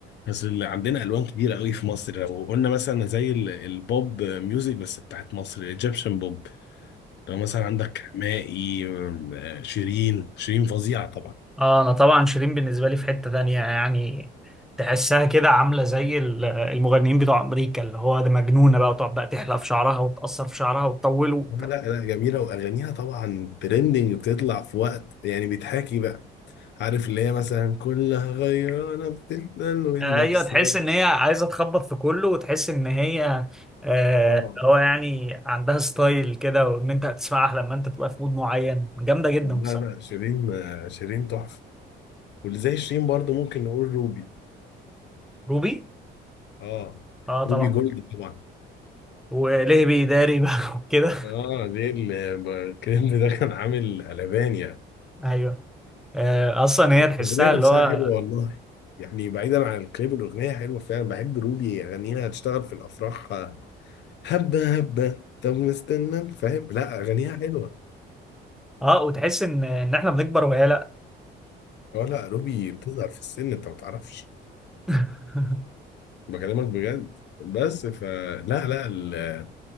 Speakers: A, on the left; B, in the centre.
A: بس اللي عندنا الوان كتيره قوي في مصر لو قلنا مثلا زي ال- البوب ميوزك بس بتاعت مصر الايجيبشن بوب لو مثلا عندك حماقي أم، آه، شيرين شيرين فظيعه طبعا
B: اه انا طبعا شيرين بالنسبه لي في حته تانية يعني تحسها كده عامله زي ال- المغنيين بتوع امريكا اللي هو ده مجنونه بقى وتقعد بقى تحلق في شعرها وتقصر في شعرها وتطوله وت-
A: لا لا لا، جميله واغانيها طبعا ترندنج بتطلع في وقت يعني بيتحاكي بقى عارف اللي هي مثلا كلها غيرانة بتتنن والنفسية
B: ايوه تحس ان هي عايزه تخبط في كله وتحس ان هي آه،
A: اه
B: اللي هو يعني عندها ستايل كده وان انت هتسمعها لما انت تبقى في مود معين جامده جدا
A: لا
B: بصراحه
A: لا شيرين آه، شيرين تحفة واللي زي شيرين برضو ممكن نقول روبي
B: روبي
A: اه
B: اه
A: روبي
B: طبعا
A: جولد طبعا
B: وليه بيداري بقى <laughs> وكده
A: اه ليه ال- ب- الكليب ده كان عامل قلبان يعني
B: ايوه آه، اصلا هي تحسها
A: الأغنية نفسها
B: اللي هو
A: حلوة والله يعني بعيدا عن الكليب الأغنية حلوة فعلا بحب روبي أغانيها هتشتغل في الأفراح آه، هبة هبة طب مستنى فاهم لا أغانيها حلوة
B: اه وتحس ان ان احنا بنكبر وهي لا
A: اه لا روبي بتظهر في السن أنت ما تعرفش
B: <laughs>
A: بكلمك بجد بس فلا لا ال...